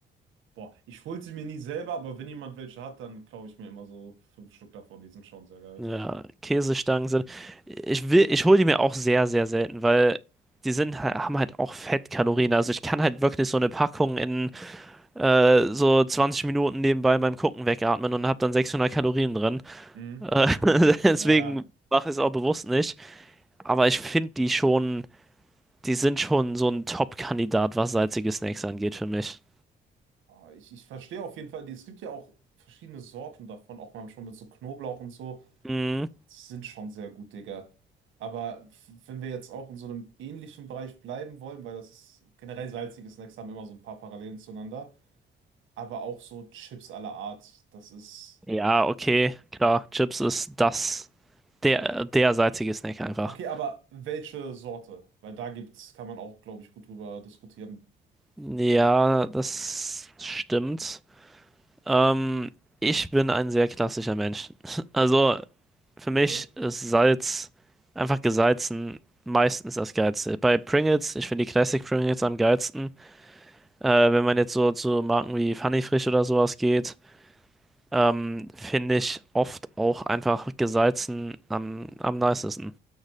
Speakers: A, on the right (about 80°); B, in the centre.
A: Boah, ich hole sie mir nie selber, aber wenn jemand welche hat, dann klaue ich mir immer so fünf Stück davon. Die sind schon sehr geil.
B: Ja, Käsestangen sind, ich will, ich hole die mir auch sehr, sehr selten, weil die sind, ha- haben halt auch Fettkalorien. Also ich kann halt wirklich so eine Packung in äh, so 20 Minuten nebenbei beim Gucken wegatmen und habe dann 600 Kalorien drin.
A: Mhm.
B: Äh, <laughs> deswegen
A: Ja, ja.
B: mache ich es auch bewusst nicht. Aber ich finde die schon, die sind schon so ein Top-Kandidat, was salzige Snacks angeht für mich.
A: Aber ich, ich verstehe auf jeden Fall, die- es gibt ja auch verschiedene Sorten davon, auch mal schon mit so Knoblauch und so.
B: Mhm.
A: Sind schon sehr gut, Digga. Aber f- wenn wir jetzt auch in so einem ähnlichen Bereich bleiben wollen, weil das ist generell salzige Snacks haben immer so ein paar Parallelen zueinander. aber auch so Chips aller Art. Das ist.
B: Ja, okay, klar. Chips ist das, der, der salzige Snack einfach.
A: Okay, aber welche Sorte? Weil da gibt's, kann man auch, glaube ich, gut drüber diskutieren.
B: Ja, das stimmt. Ähm, ich bin ein sehr klassischer Mensch. <laughs> Also für mich
A: Okay.
B: ist Salz einfach gesalzen meistens das Geilste. Bei Pringles, ich finde die Classic Pringles am geilsten. Äh, wenn man jetzt so zu Marken wie Funny Frisch oder sowas geht. Ähm, finde ich oft auch einfach gesalzen am, am nicesten.